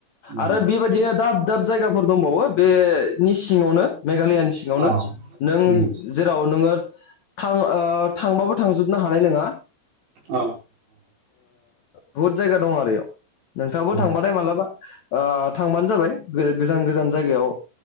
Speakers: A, on the right; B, on the left.
A: उम
B: आरो बेबायदिनो दाब दाब जायगाफोर दंबावो बेनि सिङावनो मेघालयानि सिङावनो
A: अ
B: नों
A: उम
B: जेराव नोङो थ थांबाबो थांजोबनो हानाय नङा
A: अ
B: बहुद जायगा दं आरो बेयाव नोंथाङाबो
A: उम
B: थांबाथाय मालाबा थांबानो जाबाय गोजान गोजान जायगायाव